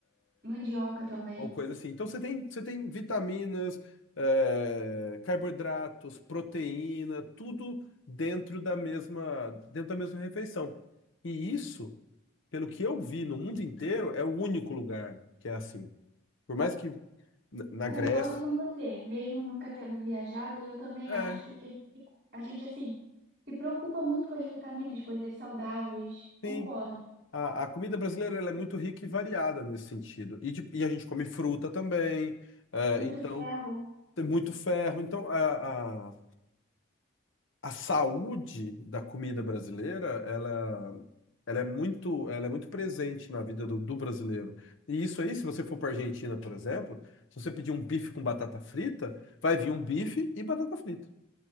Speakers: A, on the right; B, on the left.
A: Mandioca também.
B: ou coisa assim. Então você tem, você tem vitaminas, eh, carboidratos, proteína, tudo dentro da mesma, dentro da mesma refeição. E isso, pelo que eu vi no mundo inteiro, é o único lugar que é assim. Por mais que na na
A: Concordo
B: Grécia.
A: com você. Mesmo nunca tendo viajado, eu também
B: É,
A: acho que a gente, a gente, assim, se preocupa muito com as vitaminas, coisas saudáveis. Concordo.
B: sim. A, a comida brasileira ela é muito rica e variada nesse sentido. E, de- e a gente come fruta também, eh,
A: Muito
B: então
A: ferro.
B: tem muito ferro. Então a, a, a saúde da comida brasileira ela, ela é muito, ela é muito presente na vida do, do brasileiro. E isso aí, se você for para a Argentina, por exemplo, se você pedir um bife com batata frita, vai vir um bife e batata frita.